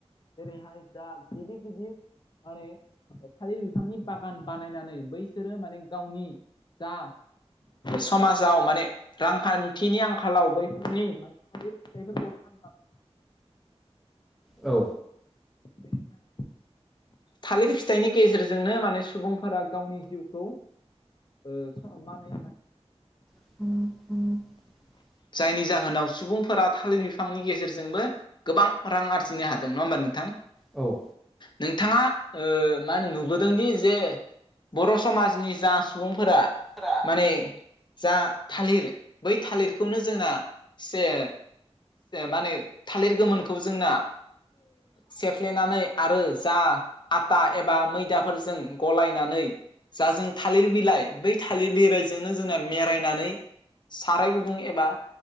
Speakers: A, on the left; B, in the centre.
A: जेरै हाय जा गिदिर गिदिर माने थालिर बिफांनि बागान बानायनानै बैसोरो माने गावनि जा समाजाव माने रांखान्थिनि आंखालाव बैफोरनि थालिर फिथाइफोरखौ फाननानै
B: औ
A: जेरैहाय थालिर फिथाइनि गेजेरजोंनो माने सुबुंफोरा गावनि जिउखौ ओ संनानै
B: <inaudible>
A: जायनि जाहोनाव सुबुंफोरा थालिर बिफांनि गेजेरजोंबो गोबां रां आरजिनो हादों नङा होमबा नोंथां
B: औ
A: नोंथाङा मा होनो नुबोदों दि जे बर' समाजनि जा सुबुंफोरा
B: फोरा
A: माने जा थालिर बै थालिरखौनो जोंना से मा होनो थालिर गोमोनखौ जोंना सेफ्लेनानै आरो जा आटा एबा मैदाफोरजों गलायनानै जा जों थालिर बिलाइ बै थालिर बिलाइजोंनो जोंना मेरायनानै साराय गुदुं एबा